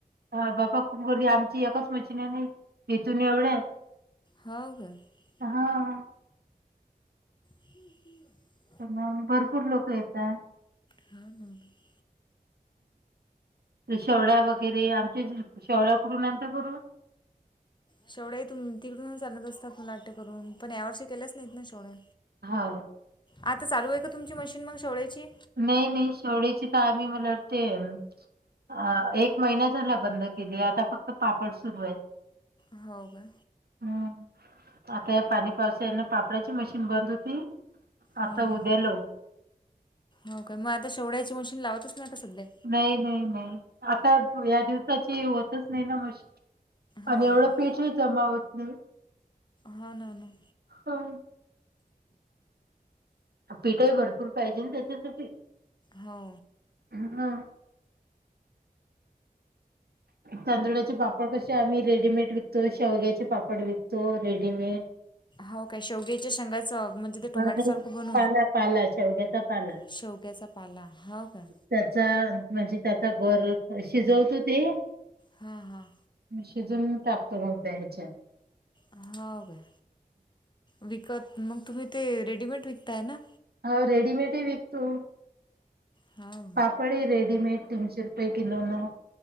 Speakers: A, on the right (about 85°); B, on the left (about 30°).
A: हा बाबा खूप गर्दी आमची एकच मशीन हाय बाई इथून एवढ्या- -
B: हो काय हो
A: हा.
B: पु
A: ग भरपूर लोक येतात
B: रा न <unintelligible>
A: शेवड्या वगैरे आमच्या शेवड्या कुडून आणता बरून
B: शेवट्या त तिकडूनच आणलत असतात मुलाट्य करून पण या वर्षे केल्याच नाहीत ना शेव्या
A: हा
B: आता चालू आहे का तुमची मशीन मग शेवळ्याची?
A: नाही नाही शेडीची तर आम्ही मला वाटते अ एक महिना झाला बंद केली आता फक्त पापड सुरू आहेत
B: हो का?
A: हम्म आता या पाणी पावसाने पापडाची मशीन बंद होती आता
B: हम्म, हम्म.
A: उद्यालो
B: हो का मग आता शेवड्याची मशीन लावतच ना का सध्या
A: नाही नाही नाही आता या दिवसाची होतच नाही ना मशीन
B: हो
A: आणि एवढं
B: काय
A: पिठे जमा होत नाही
B: हा ना ना
A: हो पिठाही भरपूर पाहिजे आणि त्याच्यासाठी
B: हो
A: हा तांदुळाचे पापड कसे आम्ही रेडीमेड विकत तो शेवग्याचे पापड विकतो रेडीमेड
B: हो काय शेगीच्या शंगाचं म्हणजे ते टोमॅटो
A: नाही,
B: सारखं ब
A: पाला पाला शेवग्याचा पाला
B: शेवग्याचा पाला हो काय
A: त्याचा म्हणजे त्याचा गर शिजवतो ते
B: हा हां
A: शिजून टाकतो त्या ह्याच्यात
B: हो काय विकत मग तुम्ही ते रेडीमेड विकताय ना
A: हा रेडीमेड आहे विकतो
B: हो
A: पडे रेडीमेड तीनशे रुपये किलो न